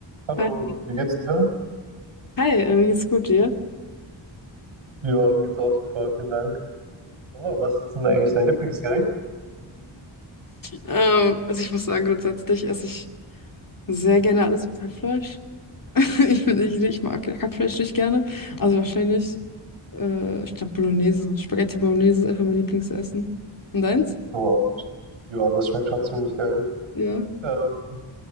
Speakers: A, on the right; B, on the left.
A: Hallo,
B: Hi,
A: wie geht's dir?
B: hi, äh, wie geht's gut dir?
A: Ja, mir geht's auch super, vielen Dank. Oh, was ist denn
B: <laughs>
A: eigentlich dein Lieblingsgericht?
B: ähm, also ich muss sagen, grundsätzlich esse ich sehr gerne alles mit Hackfleisch. <laughs> Ich bin nicht, ich mag Hackfleisch nicht gerne. Also wahrscheinlich, äh, ich glaube Bolognese. Spaghetti Bolognese ist einfach mein Lieblingsessen. Und deins?
A: Oh, ja, das schmeckt schon ziemlich geil.
B: Ja.
A: Ähm,